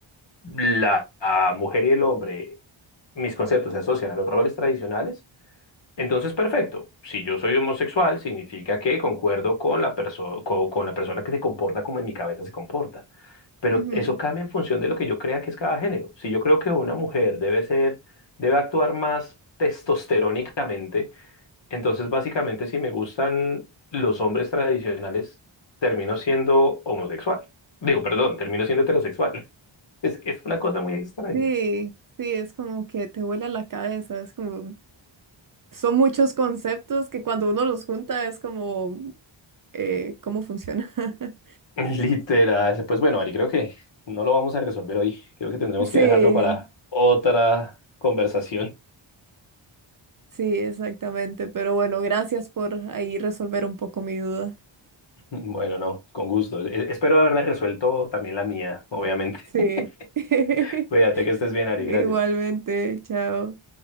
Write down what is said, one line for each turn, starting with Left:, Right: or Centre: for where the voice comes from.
Left: la la mujer y el hombre, mis conceptos se asocian a los roles tradicionales, entonces perfecto. Si yo soy homosexual, significa que concuerdo con la perso- co- con la persona que se comporta como en mi cabeza se comporta. Pero
Right: ujú,
Left: eso cambia en función de lo que yo crea que es cada género. Si yo creo que una mujer debe ser, debe actuar más testosterónicamente, entonces básicamente si me gustan los hombres tradicionales, termino siendo homosexual. Digo, perdón, termino siendo heterosexual. <laughs> Es, es una cosa muy extraña.
Right: Sí, sí, es como que te vuela la cabeza, es como... son muchos conceptos que cuando uno los junta es como, eh, ¿cómo funciona? <laughs>
Left: <laughs> Literal. Pues bueno, Ari, creo que no lo vamos a resolver hoy. Creo que tendremos
Right: Sí,
Left: que dejarlo para otra conversación. <laughs>
Right: sí, exactamente. Pero bueno, gracias por ahí resolver un poco mi duda.
Left: Bueno, no, con gusto. E- espero haberla resuelto también la mía, obviamente.
Right: Sí. <laughs>
Left: <laughs> Cuídate que estés bien, Ari.
Right: Igualmente,
Left: Gracias.
Right: chao.